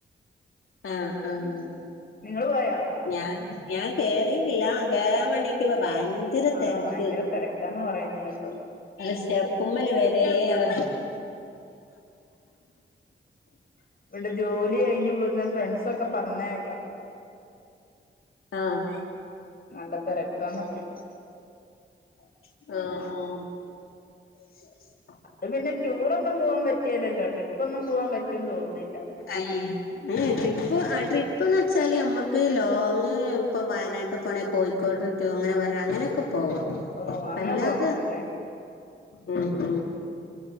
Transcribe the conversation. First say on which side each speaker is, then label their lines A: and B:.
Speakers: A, on the left; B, on the left.
A: ആഹ് ആഹ്
B: ഉ നിങ്ങള് പോയാ
A: ഞാൻ ഞാൻ കേറിടില്ല കേയറാൻ വേണ്ടിക്കപ്പോ ഭാ ഭയങ്കര
B: ആഹ്
A: തിരക്ക്
B: ഭയങ്കര തിരക്കാന്ന് പറയുന്ന കേട്ടു
A: അ സ്റ്റെപ്പുമ്മല് വര ആള
B: ഉം ഇവിടെ ജോലി കഴിഞ്ഞഞ് പോകുന്ന ഫ്രണ്ട്സ ഒക്കെ പറഞ്ഞേക്കാം.
A: ആഹ്
B: നല്ല തിരക്കന്നൊക്കെ
A: ആഹ ആഹ്
B: അത് പിന്നെ ടൂറൊന്നും പോകവാൻ പറ്റിയല്ലല്ലോ ട്രിപ്പ്ന്നും പോകവാൻ പറ്റുഒന്ന് തോന്നുന്നില്ല
A: ഐ ഏ ട്രിപ്പ് ട്രിപ്പ്ന്ന് വെച്ചാല് നമ്മക്ക് ലോങ്ങ്‌ ഇപ്പ വയനാട്ട് പോണെ കോഴ കോട്ടറ്റു അങ്ങനെ വ അങ്ങനെയൊക്കെ പോവാ
B: ഓഹ് അങ്ങനെ
A: അല്ലാതെ.
B: പോവാൻ പറ്റൂല്ലേ
A: ഉ ഉ